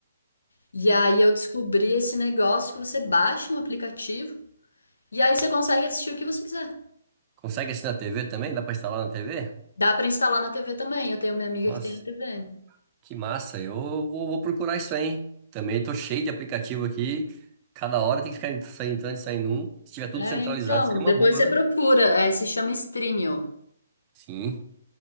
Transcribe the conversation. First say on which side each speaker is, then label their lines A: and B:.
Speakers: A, on the left; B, on the right.
A: E aí eu descobri esse negócio que você baixa um aplicativo e aí você consegue assistir o que você quiser.
B: Consegue assistir na TV também? Dá pra instalar na TV?
A: Dá pra instalar na TV também. Eu tenho minha amiga
B: Nossa,
A: que tem na TV.
B: que massa. Eu vou, vou procurar isso aí, hein? Também tô cheio de aplicativo aqui. Cada hora tem que ficar en- sair entrando e saindo um. Se tiver tudo
A: É,
B: centralizado,
A: então,
B: seria uma
A: depois
B: boa,
A: você procura,
B: né?
A: é, se chama Streamio.
B: Sim,